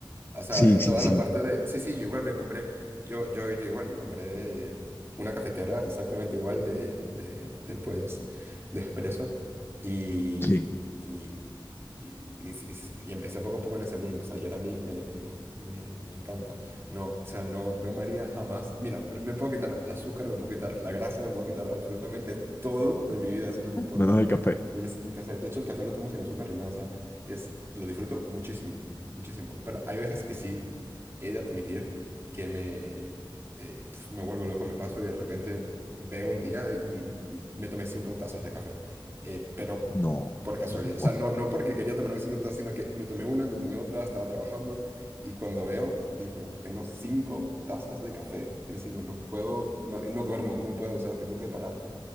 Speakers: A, on the right (about 30°); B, on the left (about 25°).
A: O sea,
B: Sí,
A: eh, toda
B: sí, sí,
A: la parte de... Sí, sí, yo igual me compré, yo, yo, yo igual me compré una cafetera exactamente igual de, de, de, pues, de espresso y,
B: sí.
A: y, y, y- y- y empecé poco a poco en ese mundo. O sea, y ahora a mí me, me, me, me encanta. No, o sea, no, no me haría jamás... Mira, pero me puedo quitar el azúcar, me puedo quitar la grasa, me puedo quitar absolutamente todo de mi vida, eso no me importa.
B: Menos el café.
A: Menos el café. De hecho, el café lo tomo sin azúcar ni nada. O sea, es, lo disfruto muchísimo. Muchísimo. Pero hay veces que sí he de admitir que me, eh, pf, me vuelvo loco, me paso y de repente veo un día de- y me tomé cinco tazas de café. Eh, pero
B: No.
A: por casualidad.
B: <laughs>
A: O sea, no, no porque quería tomarme cinco tazas, sino que me tomé una, me tomé otra, estaba trabajando y cuando veo, digo, tengo cinco tazas de café encima. No puedo, no, no duermo, no puedo, o sea, tengo que parar.